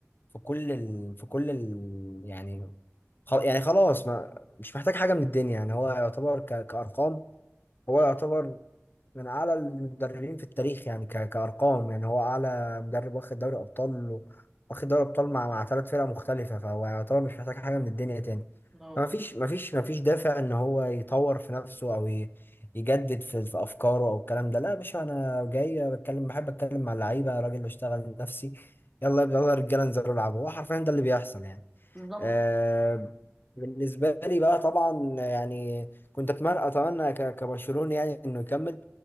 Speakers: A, on the left (about 45°); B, in the centre.
A: في كل ال... في كل ال... يعني خل... يعني خلاص ما مش محتاج حاجة من الدنيا يعني هو يعتبر ك... كأرقام هو
B: اه
A: يعتبر من أعلى المدربين في التاريخ يعني ك- كأرقام يعني هو أعلى مدرب واخد دوري أبطال و- واخد دوري أبطال مع مع ثلاث فرق مختلفة فهو يعتبر مش محتاج حاجة من الدنيا تاني
B: اه
A: فما فيش ما فيش ما فيش دافع إن هو يطور في نفسه أو ي- يجدد في, في أفكاره أو الكلام ده لا يا باشا أنا جاي بتكلم بحب أتكلم مع اللعيبة راجل بشتغل نفسي يلا يلا يا رجالة انزلوا العبوا هو حرفيا ده اللي بيحصل يعني
B: بالظبط
A: آه، بالنسبة لي بقى طبعا يعني كنت أتمنى أتمنى ك- كبرشلوني يعني إنه يكمل